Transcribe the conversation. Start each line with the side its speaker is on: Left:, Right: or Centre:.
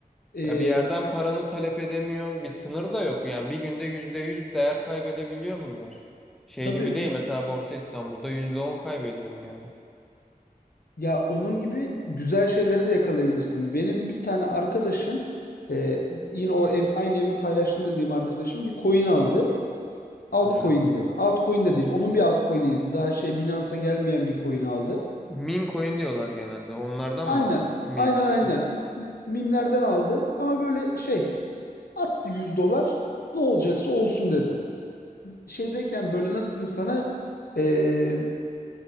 Left: Ee,
Centre: Ya bir yerden paranı talep edemiyorsun. Bir sınır da yok. Yani bir günde %100 değer kaybedebiliyor bunlar. Şey
Left: tabii
Centre: gibi değil.
Left: m-
Centre: Mesela Borsa İstanbul'da %10 kaybediyorsun yani.
Left: ya onun gibi güzel şeyleri de yakalayabilirsin. Benim bir tane arkadaşım e, yine o ev, aynı evi paylaştım dediğim arkadaşım bir coin aldı. Altcoin'de.
Centre: Evet.
Left: Altcoin de değil. Onun bir altcoin'iydi. Daha şey Binance'a gelmeyen bir coin aldı.
Centre: Meme coin diyorlar genelde. Onlardan
Left: Aynen.
Centre: mı abi? Meme
Left: Aynen
Centre: shit.
Left: aynen. Mimlerden aldı ama böyle şey attı 100 dolar. Ne olacaksa olsun dedi. Şeydeyken böyle nasıl diyeyim sana eee,